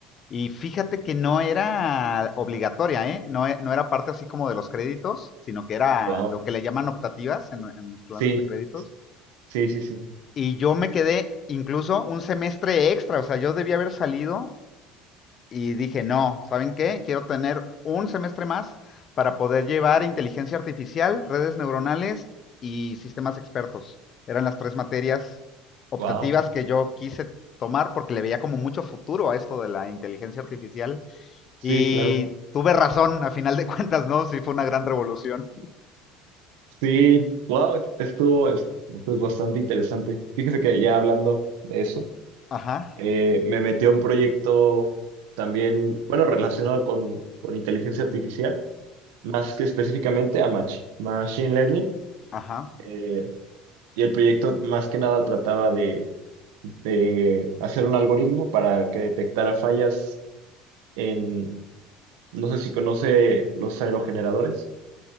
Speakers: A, on the left (about 40°); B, on the right (about 85°).
A: Y fíjate que no era obligatoria, ¿eh? No, e- no era parte así como de los créditos, sino que era
B: Wow.
A: lo que le llaman optativas en, en los planes
B: Sí,
A: de créditos.
B: sí, sí, sí.
A: Y yo me quedé incluso un semestre extra, o sea, yo debía haber salido y dije, no, ¿saben qué? Quiero tener un semestre más para poder llevar inteligencia artificial, redes neuronales y sistemas expertos. Eran las tres materias optativas
B: Wow.
A: que yo quise tomar porque le veía como mucho futuro a esto de la inteligencia artificial.
B: Sí,
A: Y
B: claro.
A: tuve razón, a final de cuentas, ¿no? Sí, fue una gran revolución.
B: Sí, wow, estuvo es, pues, bastante interesante. Fíjese que ya hablando de eso,
A: Ajá,
B: eh, me metí a un proyecto también, bueno, relacionado con, con inteligencia artificial. más que específicamente a machi- Machine Learning.
A: ajá.
B: eh, y el proyecto más que nada trataba de, de hacer un algoritmo para que detectara fallas en, no sé si conoce los aerogeneradores,